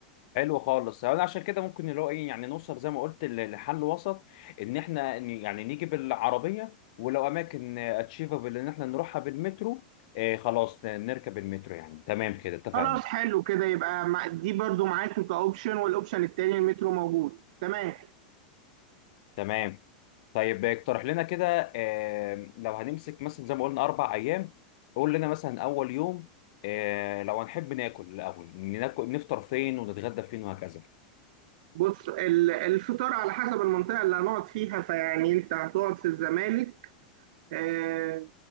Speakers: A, on the left; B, on the right.
A: حلو خالص انا عشان كده ممكن اللي هو ايه يعني نوصل زي ما قلت ل- لحل وسط ان احنا ن- يعني نيجي بالعربيه ولو اماكن اتشيفابل ان احنا نروحها بالمترو آه، خلاص ن- نركب المترو يعني تمام كده اتفقنا
B: خلاص حلو كده يبقى مع- دي برضو معاك كأوبشن والأوبشن التاني المترو موجود تمام
A: تمام طيب اقترح لنا كده آه، لو هنمسك مثلا زي ما قلنا اربع ايام قول لنا مثلا اول يوم آه، لو هنحب ناكل الاول ناكل نفطر فين ونتغدى فين وهكذا
B: بص ال- الفطار على حسب المنطقة اللي هنقعد فيها فيعني أنت هتقعد في الزمالك آه،